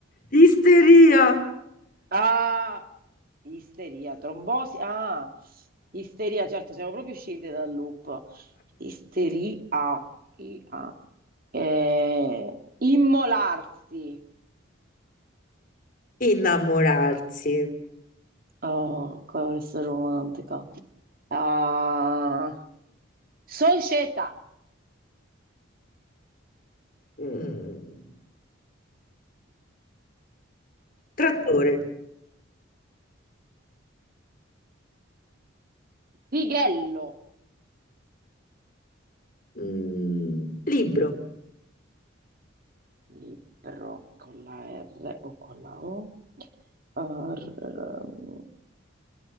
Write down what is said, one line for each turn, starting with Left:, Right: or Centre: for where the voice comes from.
Left: isteria,
Right: Ah, isteria, trombosi. Ah, isteria, certo, siamo proprio uscite dal loop. Isteria, I-A. Eh, immolarsi.
Left: innamorarsi.
Right: Oh, questa è romantica. Ah, società.
Left: Mm. trattore,
Right: Fighello.
Left: Mm. libro,
Right: Libro con la R o con la O? Uh, r- r-